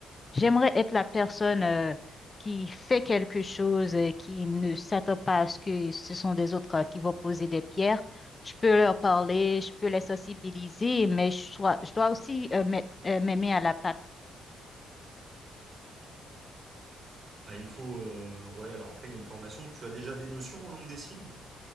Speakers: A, on the left; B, on the right.
A: J'aimerais être la personne euh, qui fait quelque chose, euh, qui ne s'attend pas à ce que ce sont des autres euh, qui vont poser des pierres. Je peux leur parler, je peux les sensibiliser, mais je dois, je dois aussi euh, m'ai- euh, m'aimer à la patte.
B: Bah, il faut. euh, Ouais, alors après, il y a une formation. Tu as déjà des notions en langue des signes?